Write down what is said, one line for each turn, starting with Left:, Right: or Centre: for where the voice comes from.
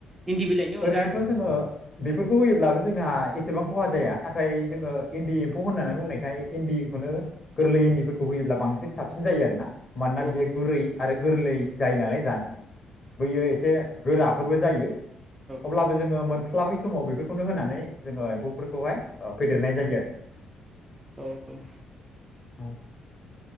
Right: इन्दि बिलाइनि अनगा
Left: ओरैनोथ' जोङो
Right: ओ
Left: बेफोरखौ होयोब्लाबो जोंहा एसेबां खहा जाया नाथाय जोङो
Right: ओ
Left: इन्दि एम फौ होननानै बुंनायखाय इन्दिखौनो गोरलै इन्दिफोरखौ होयोब्ला बांसिन साबसिन जायो आरो ना। मानोना
Right: औ
Left: बियो गुरै आरो गोरलै जायो नालाय जानो बैयो एसे गोराब फोरबो जायो
Right: औ
Left: अब्लाबो जोङो मोन स्लाबै समाव बेफोरखौनो होनानै जोङो एम्फौफोरखौहाय फेदेरनाय जायो आरो
Right: औ औ
Left: औ